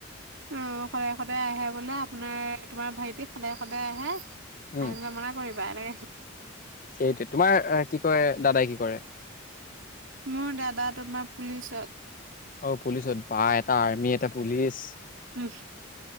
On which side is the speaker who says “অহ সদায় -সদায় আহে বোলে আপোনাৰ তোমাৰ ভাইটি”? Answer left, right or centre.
Right